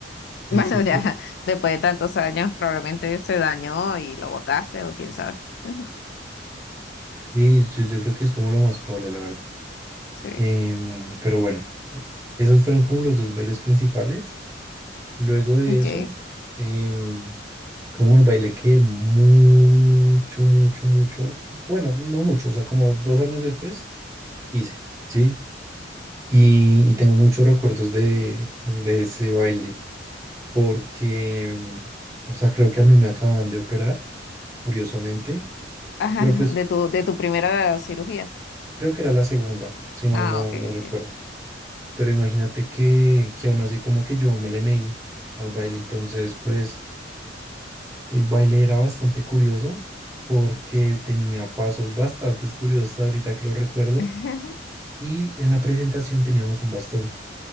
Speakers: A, on the right (about 15°); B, on the left (about 60°).
A: ese
B: Bueno, ya
A: qué.
B: después de tantos años probablemente se dañó y lo botaste o quién sabe. Ujú.
A: Sí, yo, yo creo que es como lo más probable, la verdad.
B: <laughs> Sí,
A: Em, pero bueno, esos fueron como los dos bailes principales. Luego de
B: ok.
A: eso, em, es como un baile que mucho, mucho, mucho, bueno, no mucho, o sea, como dos años después hice, ¿sí? Y, y tengo muchos recuerdos de, de ese baile, porque, em, o sea, creo que a mí me acaban de operar, curiosamente,
B: Ajá,
A: pero pues
B: de tu, de tu primera cirugía.
A: creo que era la segunda, si mal
B: Ah,
A: no,
B: ok,
A: no
B: ok.
A: recuerdo. Pero imagínate que, que aún así como que yo me le meí al baile, entonces pues El baile era bastante curioso porque tenía pasos bastante curiosos ahorita que lo recuerdo.
B: <laughs>
A: Y en la presentación teníamos un bastón